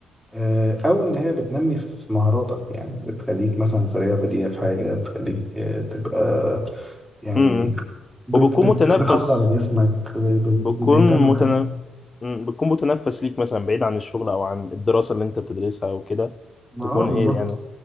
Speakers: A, in the centre; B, on the left.
A: آه، أو إن هي بتنمي في مهاراتك يعني بتخليك مثلا سريع بديع في حاجة بتخليك آه، تبقى يعني
B: مم.
A: بت
B: وبتكون
A: بت
B: متنافس
A: بتحافظ على جسمك بت بت-
B: بتكون
A: بتهتم بحاجة
B: متنا... مم، بتكون متنفس ليك مثلا بعيد عن الشغل او عن الدراسه اللي انت بتدرسها او كده
A: ما
B: تكون
A: آه بالظبط
B: ايه يعني